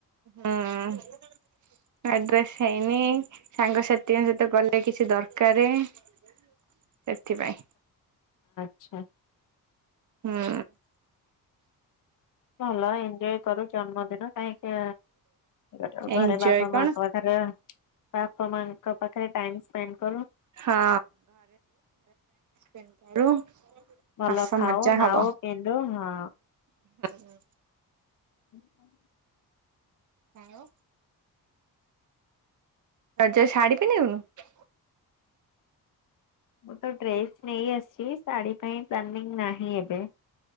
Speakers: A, on the right; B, on the left.
A: ହଁ ନୂଆ ଡ୍ରେସ୍ ହେଇନି ସାଙ୍ଗସାଥିଙ୍କ ସହିତ ଗଲେ କିଛି ଦରକାର ସେଥିପାଇଁ
B: ଆଚ୍ଛା
A: ହୁଁ
B: ଭଲ ଏଞ୍ଜୟ କରୁ ଜନ୍ମଦିନ କାହିଁକି ଗୋଟେ ଘରେ
A: ଏଞ୍ଜୟ
B: ବାପା
A: କଣ?
B: ମାଙ୍କ ପାଖରେ ବାପ ମାଙ୍କ ପାଖରେ ଟାଇମ ସ୍ପେଣ୍ଡ କର
A: ହଁ ସ୍ପେଣ୍ଡ୍ କରୁ
B: ଭଲ
A: ହସ
B: ଖାଉ
A: ମଜା ହବ
B: ନାଉ ପିନ୍ଧୁ ହଁ
A: ହୁଁ
B: ହଁ
A: ଆଉ ତୁ ଆଜି ଆଉ ଶାଢୀ ପିନ୍ଧିବୁନୁ
B: ମୁଁ ତ ଡ୍ରେସ୍ ନେଇ ଆସିଚି ଶାଢ଼ୀ ପାଇଁ ପ୍ଲାନିଗ୍ ନାହିଁ ଏବେ